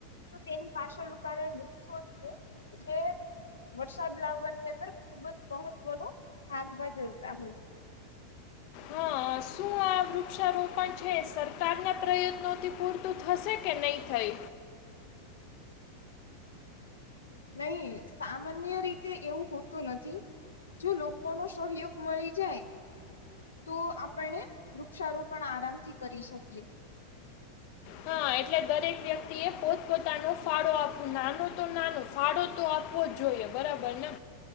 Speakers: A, on the left; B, on the left.
A: તો તેની પાછળનું કારણ વૃક્ષો છે જે વરસાદ લાવવાની અંદર ખુબ જ મહત્વનો ભાગ ભજવતા હોય છે.
B: હા શું આ વૃક્ષારોપણ છે સરકારના પ્રયત્નોથી પૂરતું થશે કે નહીં થઈ..
A: નહી સામાન્ય રીતે એવું હોતું નથી જો લોકોનો સહયોગ મળી જાય તો આપણે વૃક્ષારોપણ પણ આરામથી કરી શકીએ.
B: હા એટલે દરેક વ્યક્તિ એ પોતપોતાનો ફાળો આપવો નાનો તો નાનો ફાળો તો આપવો જ જોઈએ બરાબર ને..